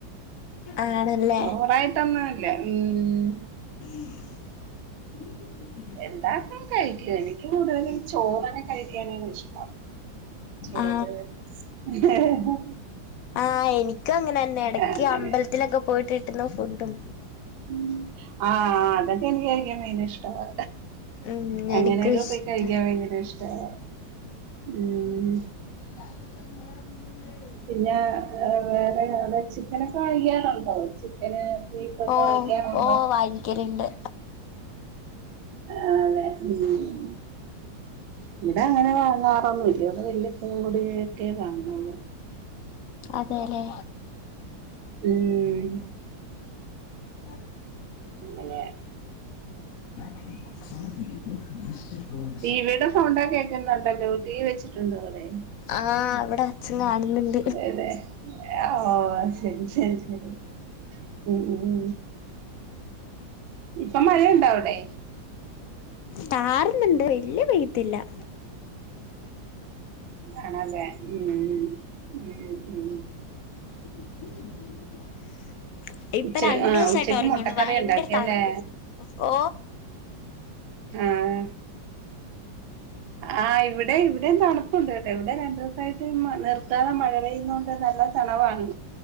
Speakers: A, on the left (about 65°); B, on the right (about 80°).
A: ആണല്ലേ
B: അങ്ങനെ ടന്നുല്ല ഉം
A: <inaudible>
B: എന്താക്ക കഴിക്കും എനിക്ക് കൂടുതല് ചോറാണ് കഴിക്കാനാണ് ഇഷ്ടം. ചോറ്
A: ആ
B: <unintelligible>
A: ആഹ് എനിക്കും അങ്ങനെന്നെ എടക്ക്
B: അങ്ങനെ
A: അമ്പലത്തിലൊക്കെ പോയിട്ട് കിട്ടുന്ന ഫുഡും.
B: ഉം ആഹ് അതെക്കെ എനിക്ക് കഴിക്കാ ഭയകരഷ് ട്ടവാ
A: ഉം
B: അങ്ങനെയൊക്കെ
A: എനിക്കും ഇഷ്ട
B: പോയി കഴിക്കാൻ ഭയങ്കര ഇഷ്ട വാ ഉം
A: <unintelligible>
B: പിന്നെ വേറെ അവടെ ചിക്കനൊക്കെ കാഴിക്കാറുണ്ടോ? ചിക്കന് ബീഫൊക്കെ
A: ഓഹ്
B: വാങ്ങിക്കാറുണ്ടോ
A: ഓ വാങ്ങിക്കലിണ്ട്.
B: ആഹ് അതെ ഉം. ഇവിടെ അങ്ങനെ വാങ്ങാറൊന്നു ഇല്ല. ഇവിടെ വല്ലപ്പോഴും കൂടി ഒക്കെ വാങ്ങുള്ളു.
A: അതെലെ?
B: ഉം...
A: <inaudible>
B: ഇന്നലെ.
A: <unintelligible>
B: ടിവിടെ സൗണ്ടൊക്കെ കേക്കു ക്കുന്നുണ്ടല്ലോ, ടി വി വെച്ചിട്ടുണ്ടോ അവിടെ?
A: ആഹ്, ഇവിടെ അച്ഛൻ കാണുന്നുണ്ട്.
B: എവിടെ? ഓഹ് ശരി ശരി ശരി. ഉം ഉം, ഇപ്പൊൾം മഴണ്ടോ അവിടെ?
A: താറുന്നുണ്ട്, വല്ല്യ വെയ്ത്തില്ല.
B: ആണല്ലെ? ഉം ഉം ഉം.
A: <unintelligible> ഇപ്പൊ
B: ഉച്ച
A: രണ്ടിവസായിട്ട്
B: ആ ഉച്ചക്ക്
A: ഒറങ്ങണു.
B: മുട്ടക്കറി
A: ഭയങ്കര
B: ഉണ്ടാക്കിയല്ലേ
A: തണുപ്പും. ഓ...
B: ആഹ് ആ, ഇവിടെ ഇവിടെയും തണുപ്പുണ്ട്ട്ടൊ, ഇവിടെ രണ്ടൂസായിട്ട് നിർത്താതെ മഴ പെയ്യുന്നോണ്ട് നല്ല തണവാണ്.